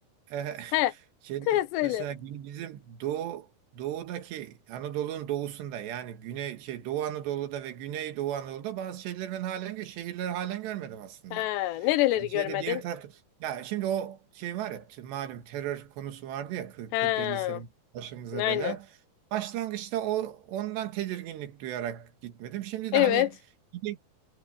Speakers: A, on the right; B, on the left.
A: e,
B: He.
A: <laughs>
B: <laughs>
A: şeyde
B: He söyle.
A: mesela gün- bizim doğu doğudaki Anadolu'nun doğusunda yani güney şey Doğu Anadolu'da ve Güney Doğu Anadolu'da bazı şeyleri ben halen gö- şehirleri halen görmedim aslında.
B: Ha, nereleri
A: Yani
B: görmedin?
A: şeyde diğer tarafta ya şimdi o şey var ya t- malum terör konusu vardı ya kı-
B: Ha,
A: 40-50 sene başımıza
B: aynen.
A: bela. Başlangıçta o ondan tedirginlik duyarak gitmedim. Şimdi
B: Evet.
A: de hani gide-